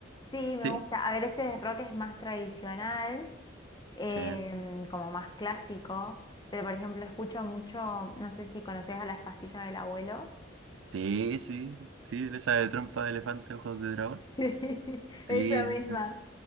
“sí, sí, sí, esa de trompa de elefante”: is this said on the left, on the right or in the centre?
Right